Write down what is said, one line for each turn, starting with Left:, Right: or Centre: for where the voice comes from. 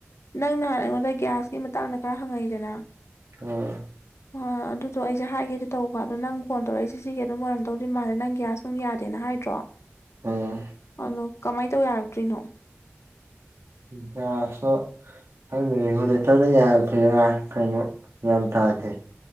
Left: ꯅꯪ ꯅꯍꯥꯟ ꯑꯩꯉꯣꯟꯗ ꯒ꯭ꯌꯥꯁꯀꯤ ꯃꯇꯥꯡꯗ ꯈꯔ ꯍꯪꯉꯛꯏꯗꯅ꯫
Right: ꯑꯥ꯫
Left: ꯍ ꯑꯗꯨꯗꯣ ꯑꯩꯁꯦ ꯍꯥꯏꯒꯦꯗꯤ ꯇꯧꯕ ꯑꯗꯣ ꯅꯪ ꯐꯣꯟ ꯇꯧꯔꯛꯏꯁꯦ ꯁꯤꯒꯤ ꯑꯗꯨꯝ ꯑꯣꯏꯔꯝꯗꯧꯗꯤ ꯃꯥꯜꯂꯦ ꯅꯪ ꯒ꯭ꯌꯥꯁ ꯅꯪ ꯌꯥꯗꯦꯅ ꯍꯥꯏꯗ꯭ꯔꯣ
Right: ꯎꯝ
Left: ꯑꯗꯣ ꯀꯃꯥꯏꯅ ꯇꯧ ꯌꯥꯔꯛꯇ꯭ꯔꯤꯅꯣ?
Right: ꯒ꯭ꯌꯥꯁꯇꯣ ꯈꯪꯗꯦ ꯔꯦꯒꯨꯂꯦꯇꯔꯗ ꯌꯥꯗ꯭ꯔꯤꯔ ꯀꯩꯅꯣ ꯒ꯭ꯌꯥꯟ ꯇꯗꯦ꯫